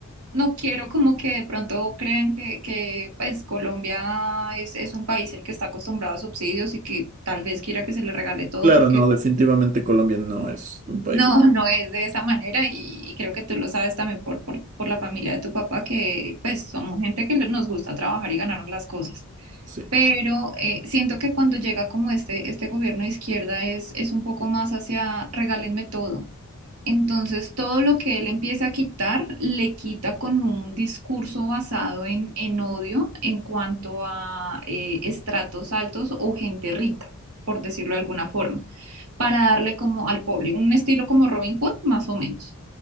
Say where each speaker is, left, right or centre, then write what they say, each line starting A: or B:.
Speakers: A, on the right; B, on the right.
A: no quiero como que de pronto crean que, que pues Colombia es, es un país el que está acostumbrado a subsidios y que tal vez quiera que se le regale todo
B: Claro,
A: porque
B: no, definitivamente Colombia no es
A: <laughs>
B: un país.
A: no,
B: de-
A: no es de esa manera y, y creo que tú lo sabes también por, por, por la familia de tu papá que pues somos gente que nos gusta trabajar y ganarnos las cosas.
B: Sí.
A: Pero eh, siento que cuando llega como este, este gobierno de izquierda es, es un poco más hacia regálenme todo. Entonces, todo lo que él empieza a quitar, le quita con un discurso basado en, en odio en cuanto a eh, estratos altos o gente rica, por decirlo de alguna forma, para darle como al público un estilo como Robin Hood, más o menos.